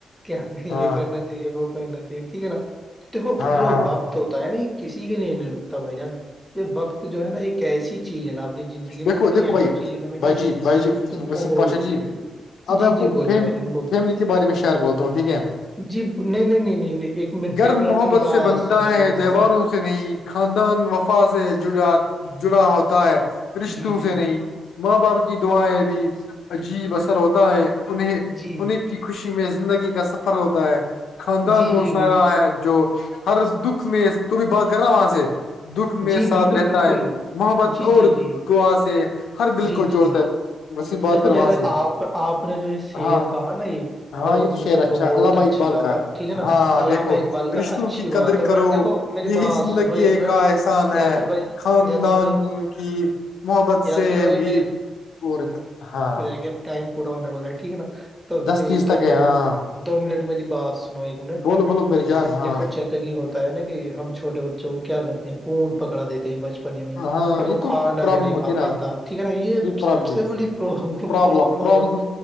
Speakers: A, in the centre; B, on the left.
A: کہ ہمیں یہ
B: ہاں
A: کرنا وہ کہنا چاہیے ٹھیک ہے نا دیکھو
B: ہاں
A: جو
B: ہاں
A: وقت ہوتا ہے ن کسی کے لیے نہیں رکتا بھائی جان یہ وقت جو ہے نا ایک ایسی چیز ہے نا آپ نے زندگی میں
B: دیکھو
A: اتنی
B: دیکھو
A: اہم
B: بھائی
A: چیز ہے نا بھائی جان
B: جی بھائی جی
A: تو
B: وسیم
A: بہت
B: پاشا جی اب میں
A: جی
B: آپ
A: جی
B: کو
A: بولیے
B: فیم
A: بھجن بولیے
B: فیملی کے بارے میں شعر بولتا ہوں ٹھیک ہے
A: جی نہیں نہیں نہیں نہیں نہیں ایک م <unintelligible>
B: گھر
A: ایک
B: محبت
A: منٹ مھی بس
B: سے بنتا
A: سون ہے میرے بائی
B: دیواروں
A: جان <unintelligible>
B: سے نہیں خاندان وفا سے جا جڑا ہوتا ہے رشتوں
A: جی
B: سے
A: جی
B: نہیں ماں باپ کی دعائیں بھی عجیب اثر ہوتا ہے انیں
A: جی
B: انہیں کی خوشی میں زندگی کا سفر ہوتا ہے خاندان
A: جی
B: وہ
A: جی
B: سیا
A: بالکل
B: ہے جو ہر دکھ میں ت بھی بات کر رہا وہاں سے دکھ میں
A: جی
B: ساتھ
A: بالکل
B: رہتا
A: بالکل
B: ہے محبت
A: جی
B: اور
A: جی جی
B: دعا سے ہر دل
A: جی
B: کو جوڑتا
A: جی
B: ہے وسیم بات
A: دیکھو
B: کر
A: جیسے
B: وہاں سے
A: آپ آپ نے جو یہ شعر
B: ہاں
A: کہا نا یہ
B: ہاں
A: دیکھو
B: یہ تو
A: مجھے
B: شیر اچھا
A: بہت
B: علامہ
A: اچھا
B: اقبال
A: لگا
B: کا
A: ٹھیک ہے نا
B: ہاں
A: علامہ
B: دیکھو
A: اقبال کا
B: رشتوں
A: اچھی
B: کی قدر
A: بات ہے
B: کرو
A: بٹ دیکھو میری
B: یہی
A: بات
B: زندگی
A: سنو
B: ایک
A: منٹ
B: کا احسا
A: یاسر بھائی
B: خاندان
A: یاسر بھائی
B: کی محبت
A: یاسر
B: سے
A: بھائی
B: ہی اور ہاںاں
A: ٹم پورا ہونے والا ہے ٹھیک ہے نا تو
B: دس
A: یہ
B: تیس تک
A: دو منٹ
B: ہے ہاں
A: دو منٹ میری بات ایک منٹ
B: بولو بولو میری جان ہاں
A: دیکھو جیسے کہ ہوتا ہے نا کہ ہم چھوٹے بچوں کو کیا کرتے ہیں فون پکڑا دیتے ہیں بچپنے میں
B: ہاں
A: کہ
B: یہ
A: وہ
B: تو
A: کھانا
B: پرابلم
A: بھی نہیں
B: ہوتی
A: کھا
B: ہے نا
A: پاتا ٹھیک ہے نا یہ
B: پرابلم
A: سب سے
B: ہے
A: بڑیلم
B: پرابلم پرابلم